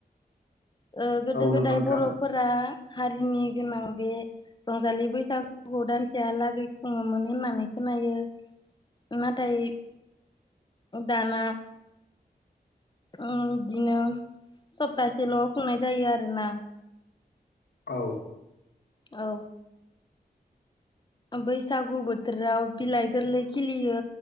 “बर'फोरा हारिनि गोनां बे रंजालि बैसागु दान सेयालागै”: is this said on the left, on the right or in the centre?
Left